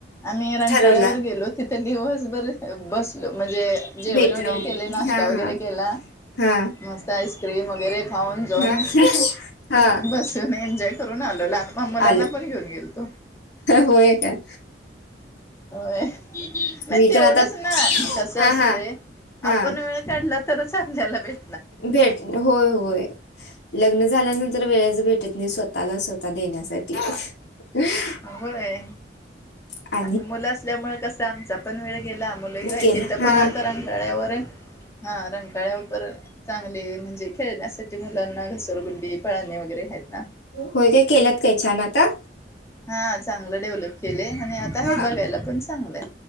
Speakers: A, on the left; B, on the left.
A: आम्ही रांकाळ्या
B: ठरवला
A: वं र गेलो तिथ ते दिवसभर बसलो. म्हणजे जेवण
B: भेटलो
A: वगैरे केले नाश्ता
B: हा
A: वगैरे
B: हा
A: केला
B: हा
A: मस्त आईस्क्रीम वगैरे खाऊन जाऊन
B: हा हा
A: बसून एन्जॉय करून आलो. मम्मालांना
B: आलं
A: पण घेऊन गेल तो.
B: होय काय
A: होय नाही
B: मी
A: तेवढंच
B: तर आता
A: ना कसं
B: हा
A: असत
B: हा हा
A: आपण वेळ काढला तरच आपल्याला भेट.
B: भेट होय होय लग्न झाल्यानंतर वेळे भेटत नाही स्वतःला स्वतः देण्यासाठी, <unintelligible>
A: होय
B: अ,
A: आणि मुलं असल्यामुळे कस, आमचा पण वेळ गेला मुलंही
B: केला
A: तिथं पण
B: हा
A: आता रंगकाळ्यावर हा रंगकाळ्या वर तर, चांगले म्हणजे, खेळण्यासाठी मुलांना घसोरगुंडी पाळणे वगैरे आहेत. ना
B: होय काय केलंत काही छान आता?
A: हा चांगलं डेव्हलप केलंय, आणि आता आहे
B: हा
A: बघायला पण चांगलंय.